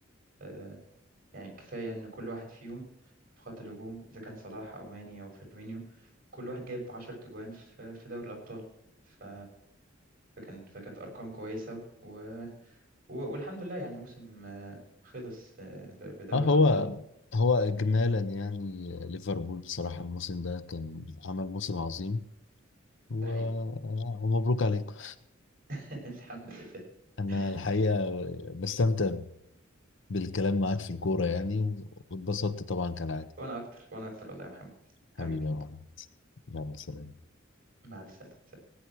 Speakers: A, on the right; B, on the left.
A: آه، يعني كفاية ان كل واحد فيهم في خط الهجوم اذا كان صلاح او ماني او فيرمينيو كل واحد جايب 10 تجوان في في دوري الابطال ف... فكان فكانت ارقام كويسة و... و... والحمد لله يعني الموسم آه، خلص آه، ب... بدوري
B: اه هو
A: الابطال
B: هو إجمالا يعني ليفربول بصراحة الموسم ده كان عمل موسم عظيم و...
A: ده حقيقي
B: آه، ومبروك عليكم
A: <laughs> الحمد لله
B: أنا
A: <laughs>
B: الحقيقة بستمتع بالكلام معاك في الكورة يعني و- واتبسطت طبعا كالعادة
A: وانا اكتر وانا اكتر والله يا محمد
B: حبيبي
A: حبيبي
B: يا محمد يلا سلام
A: مع السلامة